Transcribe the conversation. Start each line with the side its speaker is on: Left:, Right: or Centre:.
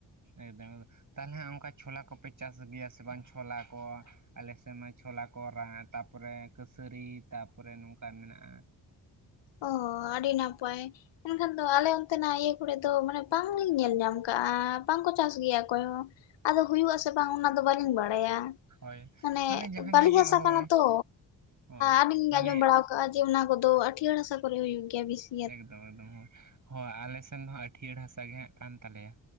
Right: ᱮᱠᱫᱚᱢ ᱛᱟᱦᱞᱮ ᱦᱮᱜ ᱚᱱᱠᱟ ᱪᱷᱳᱞᱟ ᱠᱚᱯᱮ ᱪᱟᱥ ᱜᱮᱭᱟ ᱥᱮ ᱵᱟᱝ? ᱪᱷᱚᱞᱟ ᱠᱚ ᱟᱞᱮᱥᱮᱫ ᱢᱟ ᱪᱷᱚᱞᱟ ᱠᱚ ᱨᱟᱜ ᱛᱟᱯᱚᱨᱮ ᱠᱟᱹᱥᱟᱹᱨᱤ ᱛᱟᱯᱚᱨᱮ ᱱᱚᱝᱠᱟ ᱢᱮᱱᱟᱜᱼᱟ
Left: ᱚᱻ ᱟᱹᱰᱤ ᱱᱟᱯᱟᱭ᱾ ᱮᱱᱠᱷᱟᱱ ᱫᱚ ᱟᱞᱮ ᱚᱱᱛᱮᱱᱟᱜ ᱤᱭᱟᱹ ᱠᱚᱨᱮ ᱫᱚ ᱢᱟᱱᱮ ᱵᱟᱝᱞᱤᱧ ᱧᱮᱞ ᱧᱟᱢ ᱠᱟᱜᱼᱟ ᱵᱟᱝᱠᱚ ᱪᱟᱥ ᱜᱮᱭᱟ ᱚᱠᱚᱭ ᱦᱚᱸ᱾ ᱟᱫᱚ ᱦᱩᱭᱩᱜ ᱟᱥᱮ ᱵᱟᱝ ᱚᱱᱟᱫᱚ ᱵᱟᱟᱹᱞᱤᱧ ᱵᱟᱲᱟᱭᱟ᱾
Right: ᱦᱳᱭ
Left: ᱢᱟᱱᱮ
Right: ᱡᱟᱦᱟᱸ
Left: ᱵᱟᱹᱞᱤ
Right: ᱡᱟᱭᱜᱟ
Left: ᱦᱟᱥᱟ
Right: ᱦᱳᱭ
Left: ᱠᱟᱱᱟ ᱛᱚ
Right: ᱦᱳᱭ
Left: ᱟᱹᱰᱤᱧ
Right: ᱢᱟᱱᱮ
Left: ᱟᱸᱡᱚᱢ ᱵᱟᱲᱟ ᱠᱟᱜᱼᱟ ᱡᱮ ᱚᱱᱟ ᱠᱚᱫᱚ ᱟᱴᱤᱭᱟᱹᱲᱥᱟ ᱠᱚᱨᱮ ᱦᱩᱭᱩᱜ ᱜᱮᱭᱟ ᱵᱤᱥ
Right: ᱮᱠᱫᱚᱢ ᱮᱠᱫᱚᱢ ᱦᱳᱭ ᱦᱳᱭ ᱟᱞᱮ ᱥᱮᱱ ᱫᱚ ᱦᱟᱸᱜ ᱟᱹᱴᱭᱟᱹᱲ ᱦᱟᱥᱟ ᱜᱮ ᱦᱟᱸᱜ ᱠᱟᱱ ᱛᱟᱞᱮᱭᱟ᱾